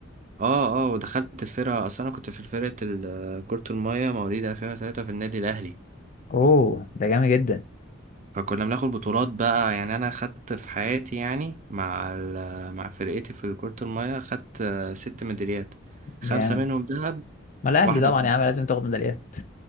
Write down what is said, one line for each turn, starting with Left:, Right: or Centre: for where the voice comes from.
Right: اه اه ودخلت الفرقه اصلا انا كنت في فرقه ال- كره الميه مواليد 2003 في النادي الاهلي
Left: اوه ده جامد جدا
Right: فكنا بناخد بطولات بقى يعني انا خدت في حياتي يعني مع ال- مع فرقتي في كره الميه خدت آه، ست ميداليات خمسه
Left: جامد
Right: منهم ذهب
Left: ما الاهلي
Right: واحده
Left: طبعا يا عم لازم تاخد ميداليات